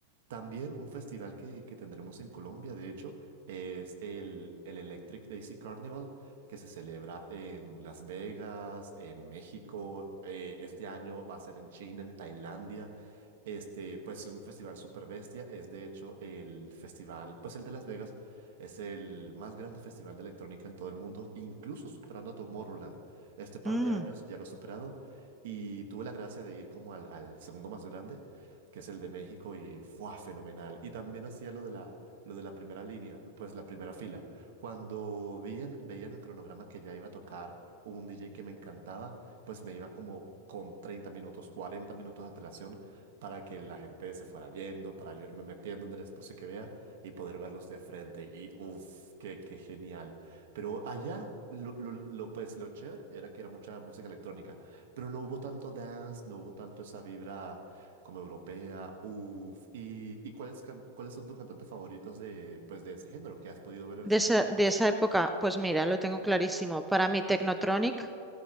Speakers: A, on the right; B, in the centre.
A: También un festival que, que tendremos en Colombia, de hecho, es el, el Electric Daisy Carnival, que se celebra en Las Vegas, en México. eh, este año va a ser en China, en Tailandia. Este, pues es un festival super bestia. Es de hecho el festival, pues el de Las Vegas, es el más grande festival de electrónica en todo el mundo, incluso superando a Tomorrowland. Este par
B: Mm,
A: de años ya lo ha superado y tuve la gracia de ir como al al segundo más grande que es el de México y fue fenomenal. Y también hacía lo de la, lo de la primera línea, pues la primera fila. Cuando vi en- veía en el cronograma que ya iba a tocar un DJ que me encantaba, pues me iba como con 30 minutos, 40 minutos de antelación para que la gente se fuera yendo, para yo irme metiendo en el espacio que vea y poder verlos de frente. Y uff, qué, qué genial. Pero allá... Lo, lo, lo, pues lo chévere era que era mucha música electrónica, pero no hubo tanto dance, no hubo tanto esa vibra como europea, uff. ¿Y, y cuáles, can- cuáles son tus cantantes favoritos de, pues, de ese género que has podido ver en
B: De
A: esos
B: esa,
A: festivales?
B: de esa época, pues mira, lo tengo clarísimo. Para mí, Technotronic.